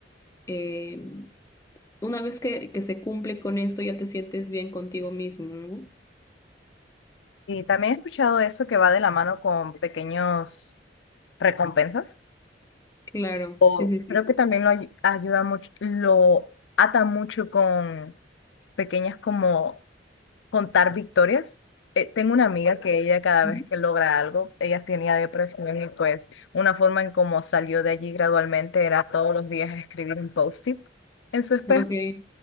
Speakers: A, on the left (about 15°); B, on the left (about 85°).
A: eh, una vez que, que se cumple con esto, ya te sientes bien contigo mismo, ¿no?
B: Sí, también he escuchado eso que va de la mano con pequeños recompensas,
A: Claro,
B: o
A: sí, sí, sí.
B: creo que también lo ayu- ayuda mucho, lo ata mucho con pequeñas como contar victorias. Eh, tengo una amiga que ella cada
A: Ujú.
B: vez que logra algo, ella tenía depresión y pues una forma en cómo salió de allí gradualmente era todos los días escribir un post-it en su espejo
A: Ok, sí,